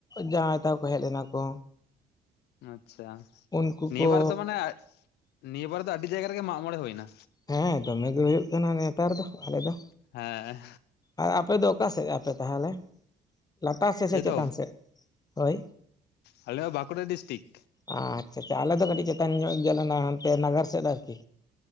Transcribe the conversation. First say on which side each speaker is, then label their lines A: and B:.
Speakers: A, on the left; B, on the left.
A: ᱡᱟᱶᱟᱭ ᱛᱟᱠᱚ ᱠᱚ ᱦᱮᱡ ᱞᱮᱱᱟ ᱠᱚ᱾
B: ᱟᱪᱪᱷᱟ,
A: ᱩᱱᱠᱩ
B: ᱱᱤᱭᱟᱹ
A: ᱠᱚ
B: ᱵᱟᱨ ᱫᱚ ᱢᱟᱱᱮ, ᱱᱤᱭᱟᱹ ᱵᱟᱨ ᱫᱚ ᱟᱹᱰᱤ ᱡᱟᱭᱜᱟ ᱨᱮᱜᱮ ᱢᱟᱜ ᱢᱚᱬᱮ ᱦᱳᱭ ᱱᱟ᱾
A: ᱦᱮᱸ ᱫᱚᱢᱮ ᱜᱮ ᱦᱳᱭᱳᱜ ᱠᱟᱱᱟ ᱱᱮᱛᱟᱨ ᱫᱚ ᱟᱞᱮ ᱫᱚ᱾
B: ᱦᱮᱸ᱾
A: ᱟᱨ ᱟᱯᱮ ᱫᱚ ᱚᱠᱟ ᱥᱮᱫ ᱟᱯᱮ ᱛᱟᱦᱮᱞᱮ? ᱞᱟᱛᱟᱨ ᱥᱮᱜ ᱥᱮ
B: ᱮᱭᱛᱚ
A: ᱪᱮᱛᱟᱱ ᱥᱮᱜ᱾ ᱦᱳᱭ᱾
B: ᱟᱞᱮ ᱦᱚᱸ ᱵᱟᱸᱠᱩᱲᱟ ᱰᱤᱥᱴᱨᱤᱠ᱾
A: ᱟᱪᱪᱷᱟ, ᱟᱪᱪᱷᱟ ᱟᱞᱮ ᱫᱚ ᱠᱟᱹᱴᱤᱡ ᱪᱮᱛᱟᱱ ᱧᱚᱜ ᱜᱮᱭᱟᱞᱮ ᱦᱟᱱᱛᱮ ᱱᱟᱜᱟᱨ ᱥᱮᱫ ᱟᱨ ᱠᱤ᱾